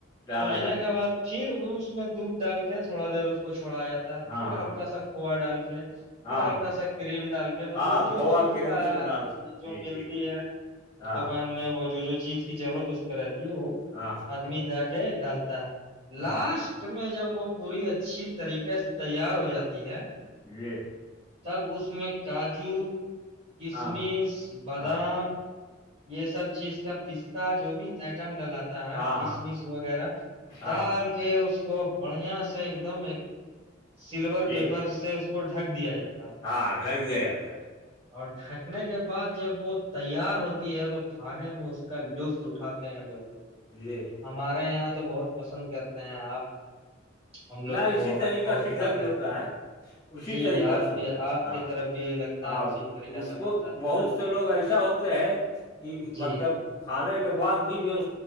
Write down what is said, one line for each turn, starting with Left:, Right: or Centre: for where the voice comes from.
Left: ڈالا
Right: گونجنے
Left: جاتا
Right: کے
Left: ہے
Right: بعد پھر اس میں دودھ ڈال کے تھوڑا دیر اس کو چھوڑا جاتا ہے
Left: ہاں
Right: پھر
Left: ہاں
Right: ہلکا سا کھوا ڈال کے
Left: ہاں
Right: پھر ہلکا
Left: ہاں
Right: سا کریم ڈال کے مطلب
Left: ہاں
Right: جو
Left: کھووا
Right: مزید
Left: کریم
Right: جو
Left: سب ڈالتے ہیں جی
Right: ملتی
Left: جی
Right: ہے
Left: ہاں
Right: دکان وہ جو جو چیز کی ضرورت اس پہ رہتی ہے وہ
Left: ہاں ہاں
Right: آدمی لا کے ڈالتا ہے
Left: ہاں
Right: لاسٹ میں جب وہ پوری اچھی طریقے سے تیار ہو جاتی ہے
Left: و
Right: تب اس میں کاجو کشمش
Left: ہاں
Right: بادام
Left: ہاں
Right: یہ سب چیز کا پستتا جو بھی آئٹم ڈالاتا تا ہے
Left: ہاں
Right: کسمش
Left: ہاں
Right: وغیرہ
Left: ہاں
Right: ڈال کے اس کو بڑھیا سے ایک دم ایک سلور
Left: جی
Right: پیپر سے اس کو ڈھک دیا جاتا ہے
Left: ہاں ڈھک دیا جاتا ہے
Right: اور ڈھکنے کے بعد جب وہ تیار ہوتی ہے تو کھانے میں اس کا لطف اٹھاتے ہیں لوگ
Left: یہ
Right: ہمارے یہاں تو بہت پسند کرتے ہیں آپ ہم لوگ
Left: نہ
Right: تو
Left: اسی طریقہ
Right: بہت
Left: سےدھر
Right: کھاتے
Left: بھی ہوتا
Right: ہیں
Left: ہے اسی
Right: جی
Left: طریقہ
Right: آپ
Left: سے ہوتا
Right: کے
Left: ہے
Right: آپ
Left: ہاں
Right: کی طرف بھی لگتا ہے
Left: اور
Right: اسی طریقہ
Left: اس
Right: سے
Left: کو
Right: بنتا ہے
Left: بہت
Right: نا
Left: سے لوگ ایسا ہوتا ہے کہ
Right: جی
Left: مطلب کھانے کے بعد بھی جوو